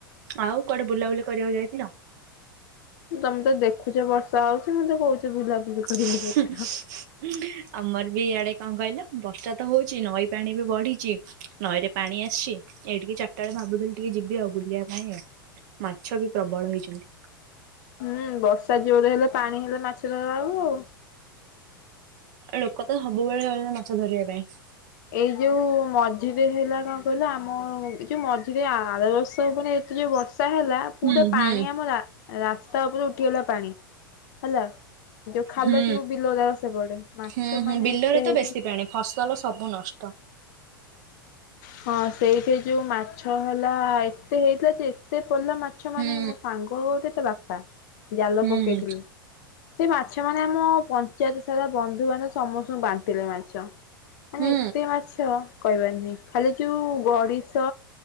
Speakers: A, on the right; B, on the left.
A: ଆଉ କୁଆଡ଼େ ବୁଲାବୁଲି କରିବାକୁ ଯାଇଥିଲ?
B: ତମେ ତ ଦେଖୁଚ ବର୍ଷା ହଉଛି ମତେ କହୁଚ ବୁଲାବୁଲି କରିବାକୁ
A: ହୁଁ।
B: ଯାଇଥିଲ।
A: ଆମର ବି ଇଆଡ଼େ କଣ କହିଲ ବର୍ଷା ତ ହୋଉଛି ନଈ ପାଣି ବି ବଢ଼ିଚି ନଈରେ ପାଣି ଆସିଛି। ଏଇ ଟିକେ ଚାରିଟା ବେଳେ ଭାବୁଥିଲି ଟିକେ ଯିବି ଆଉ ବୁଲିବା ପାଇଁ ଆଉ ମାଛ ବି ପ୍ରବଳ ହେଇଛନ୍ତି।
B: ହୁଁ ବର୍ଷା ଜୋରରେ ହେଲେ ପାଣି ହେଲେ ମାଛ ଧରା ହବ ଆଉ।
A: ଲୋକ ତ ସବୁବେଳେ ଯାଉଛନ୍ତି ମାଛ ଧରିବା ପାଇଁ।
B: ଏଇ ଯୋଉ ମଝିରେ ହେଲା କଣ କହିଲ ଆମ ଏ ଯୋଉ ମଝିରେ ଆର ବର୍ଷ ମାନେ ସେ ଯୋଉ ବର୍ଷା ହେଲା ପୁରା
A: ହୁଁ
B: ପାଣି
A: ହୁଁ
B: ଆମ ରା ରାସ୍ତା ଓପରେ ଉଠିଗଲା ପାଣି। ହେଲା ଯୋଉ ଖାଲ
A: ହୁଁ
B: ଯୋଉ ବିଲରା ସବୁଆଡ଼େ ମାଛ
A: ହୁଁ ହୁଁ
B: ମାନେ
A: ବିଲରେ
B: ଏତେ
A: ତ
B: ହେଇଥିଲା
A: ବେଶୀ ପାଣି ଫସଲ ସବୁ ନଷ୍ଟ।
B: ହଁ ସେଇଠି ଯୋଉ ମାଛ ହେଲା ଏତେ ହେଇଥିଲା ଯେ ଏତେ ପଡ଼ିଲା ମାଛ ମାନେ
A: ହୁଁ
B: ମୋ ସାଙ୍ଗ ବୋଉ ଗୋଟେ ତା ବାପା ଜାଲ
A: ହୁଁ
B: ପକେଇଥିଲୁ। ସେ ମାଛ ମାନେ ଆମ ପଞ୍ଚାୟତ ସାରା ବନ୍ଧୁ ବାନ୍ଧବ ସମସ୍ତଙ୍କୁ ବାଣ୍ଟିଲେ ମାଛ। ମାନେ
A: ହୁଁ
B: ଏତେ ମାଛ କହିବାର ନାହିଁ ଖାଲି ଯୋଉ ଗଡ଼ିଶ